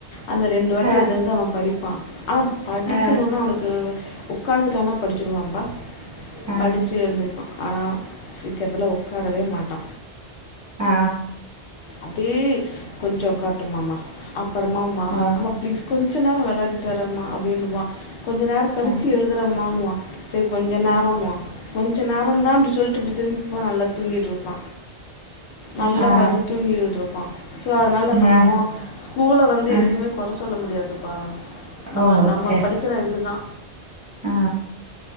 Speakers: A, on the left (about 80°); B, on the right (about 15°).
A: அந்த ரெண்டு வாட்டி
B: ஆ
A: அது அது அவ படிப்பா அவ படிக்கணுன்னா
B: ஆ
A: அவனுக்கு உக்காந்துட்டானா படிச்சிடுவாப்பா
B: ஆ
A: படிச்சு எழுந்திருப்பா ஆனா சீக்கிரத்ல உட்காரவே மாட்டா
B: ஆ
A: அப்டியே கொஞ்சோ ஒக்கார்ட்டும்மமா அப்பறமமா
B: ஓ
A: அம்பம் ப்ளீஸ் கொஞ்ச நேர வெளாயாடிட்டு வரேம்மா அப்டின்னுவா கொஞ்ச நேர கழிச்சு
B: ஆ
A: எழுதுறேமான்னுவா சேரி கொஞ்ச நேரண்ணுவா
B: ஆ
A: கொஞ்ச நேர தா அப்டி சொல்லிட்டு இப்டி திரும் ப நல்லா தூங்கிட்ருப்பா நல்லா
B: ஆ ஆ
A: படு தூங்கிட்ருப்பா சோ அதனால நம்மோ
B: ஆ
A: ஸ்கூல வந்து
B: ஆ
A: எதயுமே கொற சொல்ல முடியாதுப்பா நம்ம
B: ஓ
A: நம்ம
B: சே
A: படிக்கிற இதுதா
B: ஆ